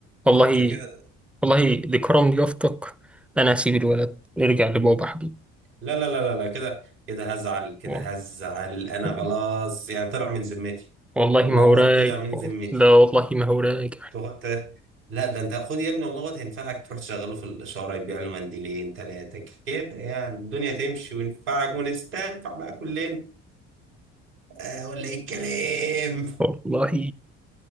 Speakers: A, in the centre; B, on the right.
A: والله
B: انت كده
A: والله لكرم ضيافتك أنا هسيب الولد نرجع لبابا حبيبي
B: لا لا لا لا لا كده كده هزعل كده
A: و-
B: هزعل انا
A: و-
B: خلاص يعني طلع من ذمتي
A: والله
B: والله
A: ما هو
B: الواد
A: رايق
B: طلع من ذمتي
A: لا والله ما هو رايق
B: تاخد ت- لا ده انت خد يا ابني والله الواد هينفعك تروح تشغله في الاشاره يبيع له منديلين ثلاثه كده يعني الدنيا تمشي وينفعك ونستنفع بقى كلنا آه ولا ايه الكلام
A: والله